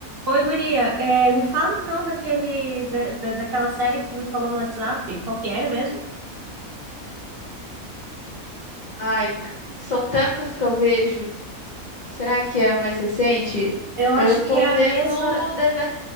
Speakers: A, on the right (about 55°); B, on the left (about 80°).
A: Oi, guria. É, me fala então daquele, da, da- daquela série que tu me falou no WhatsApp. Qual que era mesmo?
B: Ai, c- são tantas que eu vejo. Será que é a mais recente?
A: Eu acho
B: Eu tô
A: que é
B: vendo
A: a mesma.
B: The, Le-